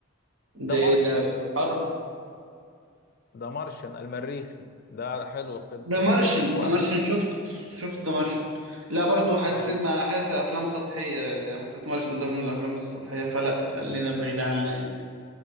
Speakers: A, on the right; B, on the left.
A: ده
B: ده
A: ايه
B: مارشيان
A: ده حرب
B: ده مارشيان المريخي ده حلو كده ساينتفك
A: ده مارشن
B: واحد
A: ده مارشن شفت شفت ده مارشن لا برضو حسيت
B: حلو
A: ما حاسس افلام سطحيه يعني حسيت مارشن ده من الافلام السطحيه فلا خلينا بعيد عنه يعني